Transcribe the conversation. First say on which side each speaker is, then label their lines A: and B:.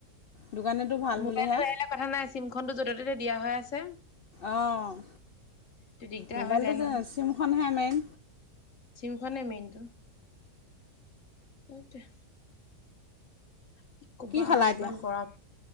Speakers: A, on the left; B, on the left.
A: দোকানীটো ভাল
B: মোবাইলটো
A: বুলিহে।
B: এৰিলে কথা নাই চিমখনটো য'তে ত'তে দিয়া হৈ আছে।
A: অ',
B: টো দিগদাৰ
A: মোবাইলটো
B: হৈ যায় নহয়
A: যে চিমখনহে মেইন।
B: চিমখনে মেইনটো সেইটোৱে। কি ক'বা
A: খালা এতিয়া
B: ইমান গৰম।